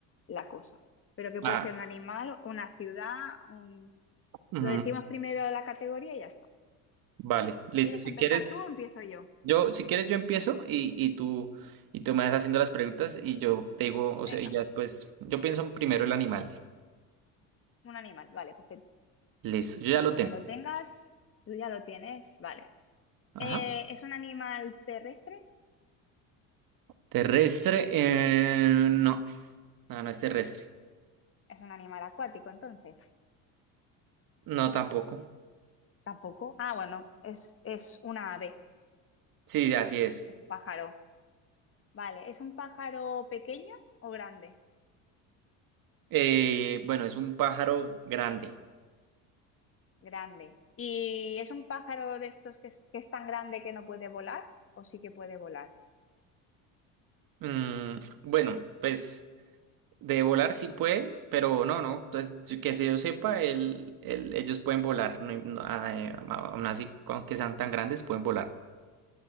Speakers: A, on the left; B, on the right.
A: la cosa pero que
B: Ah,
A: puede ser un animal, una ciudad, un,
B: ujú,
A: Lo decimos primero la categoría y ya está.
B: Vale, listo.
A: ¿Quieres
B: Si
A: empezar
B: quieres,
A: tú o empiezo yo?
B: Yo, si quieres, yo empiezo y, y tú, y tú me vas haciendo las preguntas y yo te digo, o
A: Venga,
B: sea, y ya después, yo pienso primero el animal.
A: un animal. Vale, perfecto.
B: Listo, yo
A: Pues
B: ya lo
A: cuando
B: tengo.
A: lo tengas, tú ya lo tienes. Vale.
B: Ajá.
A: Eh, ¿es un animal terrestre?
B: Terrestre, eh, no, no, no es terrestre.
A: Es un animal acuático, entonces.
B: No, tampoco.
A: Tampoco. Ah, bueno, es, es una ave,
B: Sí, así es.
A: es un pájaro. Vale, ¿es un pájaro pequeño o grande?
B: Eh, bueno, es un pájaro grande.
A: Grande. ¿Y es un pájaro de estos que es, que es tan grande que no puede volar o sí que puede volar?
B: Mm, bueno, pues de volar sí puede, pero no, no. Entonces, yo- que se yo sepa, el, el- ellos pueden volar. no- no, ah, eh, aún así, aunque sean tan grandes, pueden volar.